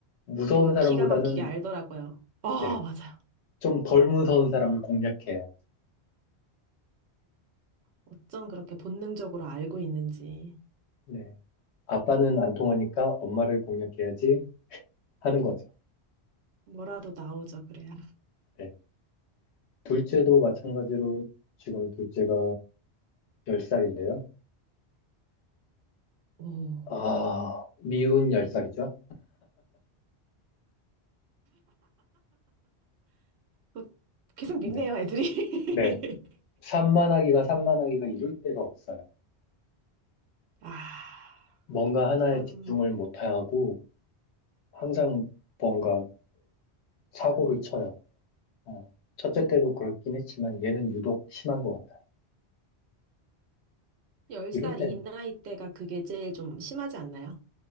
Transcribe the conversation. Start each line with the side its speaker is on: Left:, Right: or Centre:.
Left: 무서운
Right: 그
Left: 사람보다는,
Right: 기가 막히게 알더라고요. 아
Left: 네.
Right: 맞아요.
Left: 좀 덜 무서운 사람을 공략해요.
Right: 어쩜 그렇게 본능적으로 알고 있는지.
Left: 네. 아빠는 안 통하니까 엄마를 공략해야지 하는 거죠.
Right: 뭐라도 나오죠, 그래야.
Left: 네. 둘째도 마찬가지로 지금 둘째가 10살인데요.
Right: 오.
Left: 아, 미운 10살이죠.
Right: 뭐 계속 믿네요,
Left: 네.
Right: 애들이.
Left: 네.
Right: <laughs>
Left: 산만하기가 산만하기가 이룰 데가 없어요.
Right: 아,
Left: 뭔가 하나에
Right: 참.
Left: 집중을 못하고 항상 뭔가 사고를 쳐요. 어, 첫째 때도 그렇긴 했지만 얘는 유독 심한 것 같아요.
Right: 10살
Left: 이럴 때는
Right: 이 나이 때가 그게 제일 좀 심하지 않나요?